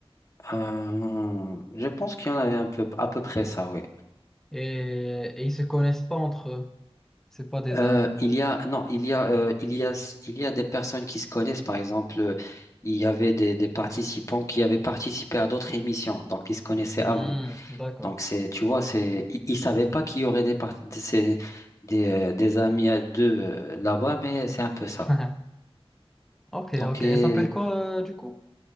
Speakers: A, on the left; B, in the centre.
A: Euh, je pense qu'il y en avait un peu, à peu près ça, oui.
B: Et, et ils se connaissent pas entre eux. C'est pas des
A: Euh,
B: amis
A: il
B: ou...
A: y a non, il y a euh, il y a il y a des personnes qui se connaissent. Par exemple, euh, il y avait des, des participants qui avaient participé à d'autres émissions, donc ils se connaissaient
B: Hmm,
A: avant.
B: d'accord.
A: Donc c'est tu vois, c'est ils, ils savaient pas qu'il y aurait des par- de ces- des, euh, des amis à deux euh, là-bas, mais c'est un peu ça.
B: <laughs> Ok,
A: Donc
B: ok.
A: et
B: Elle s'appelle quoi euh, du coup?